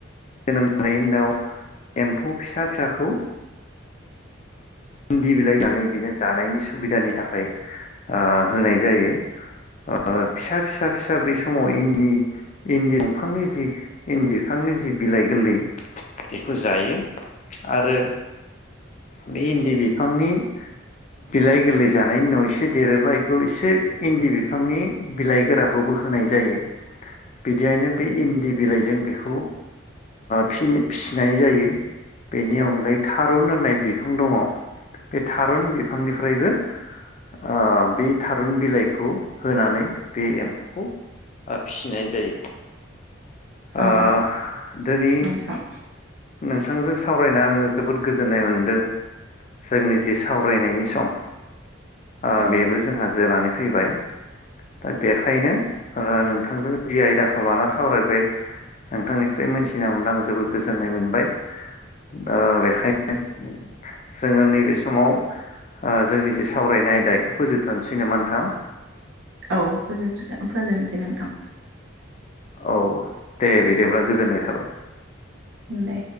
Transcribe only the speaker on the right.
औ
नोंथां
औ
औ फोजोबगोन फोजोबनोसै नोंथां
दे